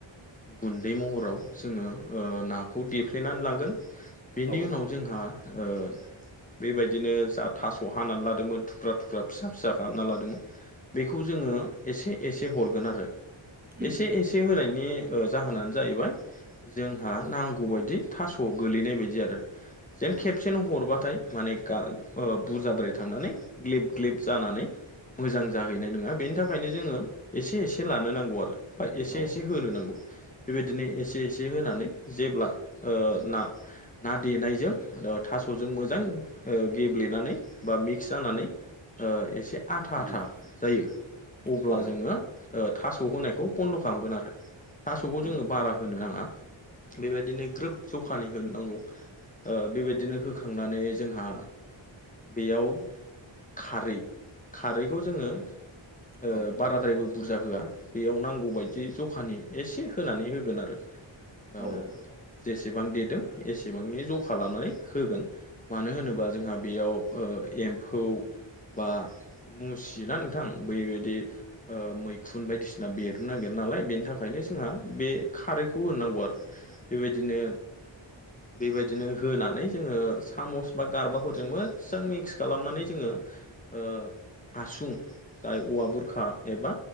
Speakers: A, on the left; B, on the right.
A: गुन्दै महराव जोङो ओ नाखौ देफ्लेनानै लाांगोन बेनि
B: औ
A: उनाव जोंहा ओ बेबायदिनो जा थास हानानै लादोंमोन थुख्रा थुख्रा फिसा फिसा खालामना लादोंमोन बेखौ जोङो एसे एसे हरगोन आरो
B: उम
A: एसे
B: उम
A: एसे होनायनि जाहोनानो जाहैबाय जोंहा
B: औ
A: नांगौ बायदि थास' गोलैनाय बायदि आरो जेन
B: औ
A: खेबसेनो हरबाथाय माने गा ओ बुरजाद्राय थांनानै ग्लेब ग्लेब जानानै मोजां जाहैनाय नङा बेनि थाखायनो जोङो एसे एसे लानो नांगौ आरो बा एसे
B: औ
A: एसे होनो नांगौ बेबायदिनो एसे एसे होनानै जेब्ला ओ ना ना देनायजों ओ थासजों मोजां ओ गेब्लेनानै बा मिक्स जानानै ओ एसे आथा
B: उम
A: आथा जायो अब्ला
B: औ
A: जोङो ओ थास होनायखौ बन्द खालामगोन आरो थासखौ
B: उम
A: जोङो बारा होनो नाङा बेबायदिनो ग्रोब जखानि होनो नांगौ ओ बेबायदिनो
B: उम औ
A: होखांनानै जोंहा बेयाव खारै खारैखौ जोङो ओ
B: औ
A: बाराद्रायबो बुरजा होआ बेयाव नांगौबायायदि जखानि एसे होनानै होगोन आरो ओ
B: औ
A: जेसेबां देदों एसेबांनि जखा लानानै होगोन मानो होनोबा जोंहा बेयाव ओ एम्फौ बा मुसि ना नोंथां बैबायदि ओ मै खुन बायदिसिना बेरनो नागिर नालाय बेनि थाखायनो जोंहा बे खारैखौ होननांगौ आरो बेबायदिनो बेबाय दिनो होनानै जोंङो सामस बा गारबाफोरजों मोजां मिक्स खालामनानै जोंङो ओ हासुं दाय औवा बुरखा एबा